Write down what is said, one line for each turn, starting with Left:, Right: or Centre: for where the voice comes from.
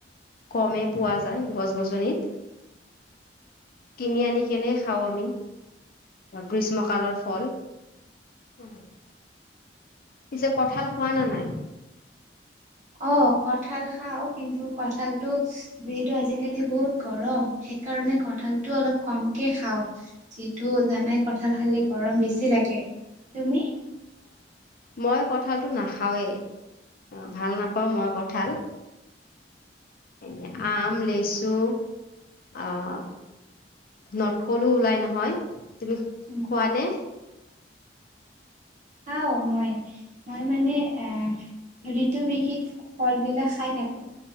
Left: কমেই পোৱা যায় গছ গছনিত। কিনি আনি কেনে খাওঁ আমি গ্ৰীষ্ম কালৰ। ফল। উম। পিছে কঁঠাল খোৱা না নাই।
Right: অ কঠাল খাওঁ। কিন্তু কঠালতটো যিহেতু আজিকালি বহুত গৰম সেইকাৰণে কঠালতটো অলপ কমকে খাওঁ যিটো জানাই কঠাল খালে গৰম বেছি লাগে তুমি।
Left: মই কঠালতটো নাখাওৱেই ভাল নাপাওঁ ।মই কঠাল এনে আম লেচু অহ নটকলো ওলাই নহয়। তুমি
Right: উম,
Left: খোৱা নে।
Right: খাও মই মই মানে এ ঋতু বিহিত ফল বিলাক খাই থাকো